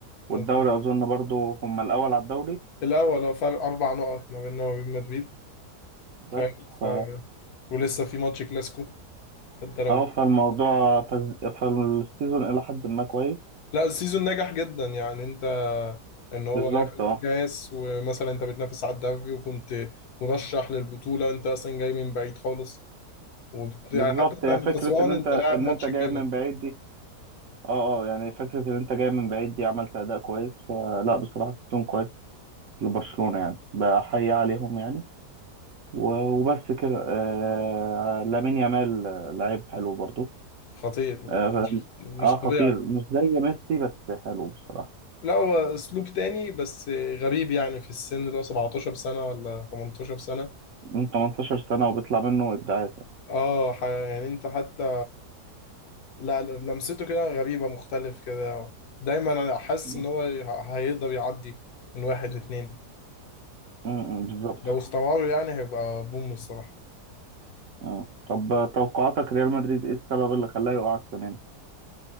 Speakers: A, on the left (about 70°); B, on the right (about 60°).
A: مظبوط
B: والدوري اظن برضو هم الاول على الدوري
A: الأول هو فرق أربع نقط ما بيننا وبين مدريد
B: بس
A: فاهم ف...
B: ف
A: ولسه في ماتش كلاسيكو انت لو
B: اه فالموضوع فز... فالسيزون الى حد ما كويس
A: لا السيزون نجح جدا يعني انت ان هو
B: بالظبط
A: ياخد
B: اه
A: كاس ومثلا انت بتنافس على الدوري وكنت مرشح للبطولة وانت اصلا جاي من بعيد خالص وبت...
B: بالظبط
A: يعني حتى انت
B: هي
A: لما
B: فكرة
A: خسران
B: ان انت
A: انت لاعب
B: ان
A: ماتش
B: انت جاي
A: جامد
B: من بعيد دي اه اه يعني فكرة ان انت جاي من بعيد دي عملت اداء كويس فلا بصراحة السيزون كويس لبرشلونة يعني بحيي عليهم يعني و- وبس كده آه لامين يامال آه، لعيب حلو برضو
A: خطير
B: اه
A: مش
B: ف-
A: مش
B: آه، خطير
A: طبيعي
B: مش زي ميسي بس حلو بصراحة
A: لا هو اسلوب تاني بس غريب يعني في السن اللي هو 17 سنة ولا 18 سنة
B: من 18 سنة وبيطلع منه إبداعات يعني
A: اه ح- يعني انت حتى لا لا، لمسته كده غريبة مختلف كده دايما انا حاسس
B: م-
A: ان هو هي- هيقدر يعدي من واحد واتنين
B: م- بالظبط
A: لو استمروا يعني هيبقى بوم الصراحة
B: آه. طب توقعاتك ريال مدريد ايه السبب اللي خلاه يقع السنة دي؟